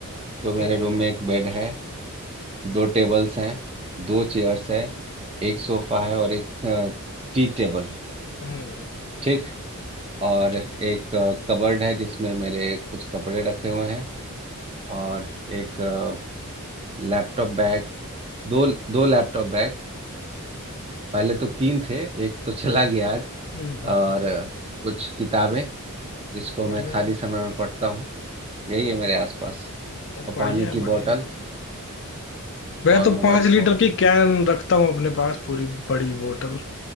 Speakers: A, on the right (about 25°); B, on the left (about 55°).
A: तो मेरे
B: हम्म
A: रूम में एक बेड है दो टेबल्स हैं दो चेयर्स हैं एक सोफा है और एक अ, टी टेबल है
B: हम्म
A: ठीक और
B: ठीक
A: एक अ, कबर्ड है जिसमें मेरे कुछ कपड़े रखे हुए हैं और एक अ, लैपटॉप बैग दो दो लैपटॉप बैग पहले तो तीन थे एक तो चला गया आज
B: हम्म हम्म
A: और
B: हम्म,
A: अ, कुछ किताबें जिसको
B: बढ़िया
A: मैं खाली
B: है
A: समय में पढ़ता हूँ यही है मेरे आसपास और
B: बढ़िया
A: पानी
B: है
A: की
B: बढ़िया
A: बोतल
B: है मैं
A: और
B: तो
A: मोबाइल
B: पांच लीटर
A: फ़ोन
B: की कैन रखता हूँ अपने पास पूरी बड़ी बोतल